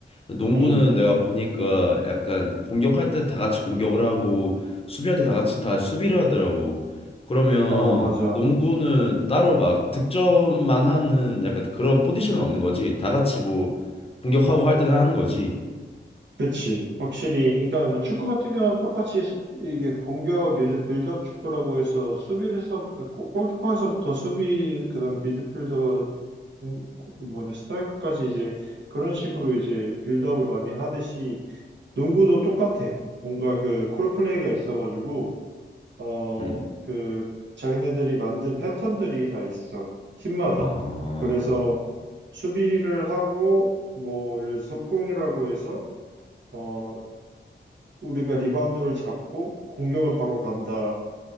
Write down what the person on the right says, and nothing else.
음,
아, 맞아.
그치. 확실히, 그러니까 뭐 축구 같은 경우는 똑같이 수- 이게 공격, 요즘 빌드업 축구라고 해서 수비에서, 골키퍼에서부터 수비, 그다음 미드필더, 음, 뭐냐, 스트라이커까지 이제 그런 식으로 이제 빌드업을 많이 하듯이 농구도 똑같아. 뭔가 그 콜플레이가 있어가지고 어,
그, 자기네들이 만든 패턴들이 다 있어. 팀마다.
그래서 수비를 하고, 뭐, 예를 들어서 속공이라고 해서, 어, 우리가 리바운드를 잡고 공격을 바로 간다.